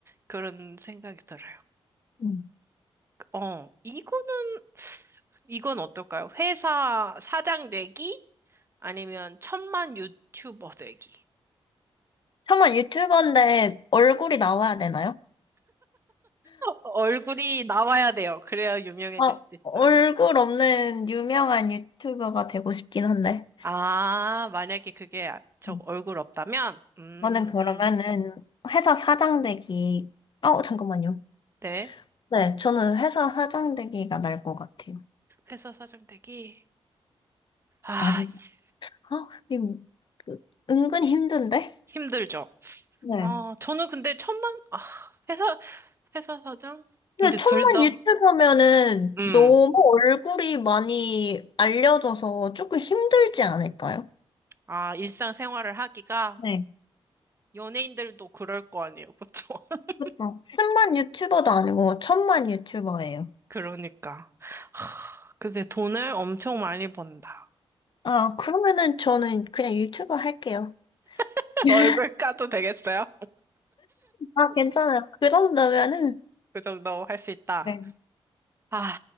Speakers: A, on the right; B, on the left.
A: 그런 생각이 들어요.
B: 음.
A: 어, 이거는, 이건 어떨까요? 회사 사장 내기? 아니면 천만 유튜버 되기.
B: 설마 유튜버인데 얼굴이 나와야 되나요?
A: 얼굴이 나와야 돼요. 그래야 유명해질
B: 아,
A: 수 있다.
B: 얼굴 없는 유명한 유튜버가 되고 싶긴 한데.
A: 아, 만약에 그게 아- 저
B: 음.
A: 얼굴 없다면? 음,
B: 저는 그러면은
A: 음,
B: 회사 사장 되기, 아, 잠깐만요.
A: 네.
B: 네, 저는 회사 사장 되기가 날 것 같아요.
A: 회사 사장 되기. 아,
B: 아니,
A: 씨,
B: 아, 이거 은근 힘든데?
A: 힘들죠.
B: 네.
A: 아, 저는 근데 천만, 아, 회사, 회사 사장?
B: 근데
A: 근데
B: 천만
A: 둘 다,
B: 유튜버면은
A: 음,
B: 너무 얼굴이 많이 알려져서 조금 힘들지 않을까요?
A: 아, 일상생활을 하기가
B: 네,
A: 연예인들도 그럴 거 아니에요. 그쵸? <laughs>
B: 그렇죠. 10만 유튜버도 아니고 천만 유튜버예요.
A: 그러니까. 하, 근데 돈을 엄청 많이 번다.
B: 아, 그러면은 저는 그냥 유튜버 할게요.
A: <laughs>
B: <laughs>
A: 얼굴 까도 되겠어요?
B: 아, 괜찮아요. 그 정도면은
A: 그 정도 할 수 있다.
B: 네.
A: 아,